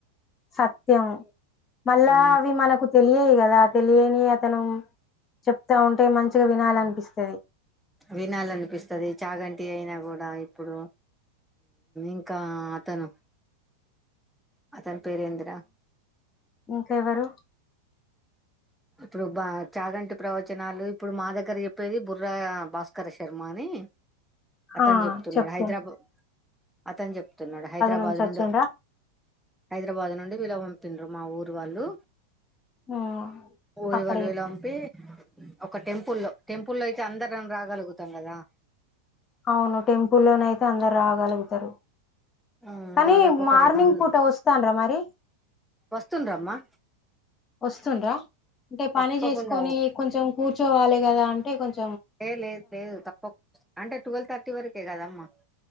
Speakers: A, on the left; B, in the centre.
A: సత్యం మళ్ళా
B: ఆ
A: అవి మనకు తెలియయి కదా తెలియని అతను చెప్తా ఉంటే మంచిగా వినాలనిపిస్తుంది
B: వినాలనిపిస్తది చాగంటి అయినా కూడా ఇప్పుడు ఇంకా అతను అతని పేరేందిర
A: ఇంకేవ్వరు
B: ఇప్పుడు బ చాగంటి ప్రవచనాలు ఇప్పుడు మా దగ్గర చెప్పేది బుర్ర్రా భాస్కర శర్మ అని అతను
A: ఆ!
B: చెప్తున్నాడు
A: చెప్పు.
B: హైదరాబా అతను చెప్తున్నాడు హైదరాబాద్
A: నుంచి వచ్చిండ్రా
B: నుండి హైదరాబాద్ నుండి వీళ తిన మా ఊరు వాళ్ళు
A: మ్మ్
B: పోయి
A: అక్కడ
B: వాళ్ళని పంపి ఒక టెంపుల్లో టెంపుల్లో అయితే అందరం రాగలుగుతాం కదా
A: అవును టెంపుల్ లోనే అయితే అందరు రాగలుగుతారు
B: ఆ,
A: కానీ
B: దాదాపు ఒక
A: మార్నింగ్
B: రెండు వంద
A: పూట వస్తాంర మరి
B: వస్తుండ్రమ్మా
A: వస్తుండరా అంటే
B: తప్పకుండా
A: పని చేసుకని కొంచం కూర్చ కూర్చోవాలి కదా అంటే కొంచం
B: లే లేదు లేదు తప్ప అంటే టుల్వ్ థర్టీ వరకే కదమ్మా